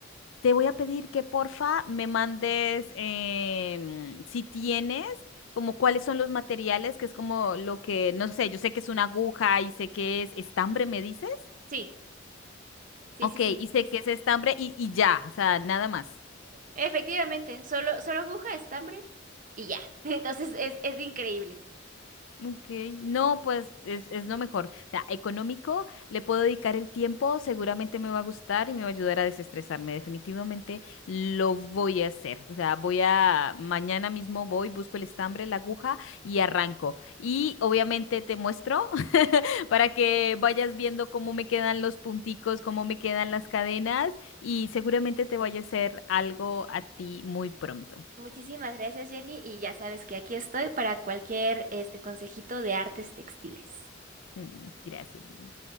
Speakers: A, on the left (about 85°); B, on the right (about 45°).
A: Te voy a pedir que porfa me mandes em, si tienes como cuáles son los materiales, que es como lo que, no sé, yo sé que es una aguja y sé que es estambre, ¿me dices?
B: Sí, sí,
A: Ok,
B: sí, sí,
A: y sé
B: es
A: que es estambre y, y ya, o sea, nada más.
B: efectivamente, solo solo aguja, estambre y ya. <laughs> Entonces es es increíble.
A: Ok, no, pues es, es lo mejor. O sea, económico, le puedo dedicar el tiempo, seguramente me va a gustar y me va a ayudar a desestresarme. Definitivamente lo voy a hacer. O sea, voy a, mañana mismo voy, busco el estambre, la aguja y arranco. Y obviamente te muestro <laughs> para que vayas viendo cómo me quedan los punticos, cómo me quedan las cadenas y seguramente te vaya a hacer algo a ti muy pronto.
B: Muchísimas gracias, Jenny, y ya sabes que aquí estoy para cualquier este consejito de artes textiles.
A: Mm, gracias. Vivi.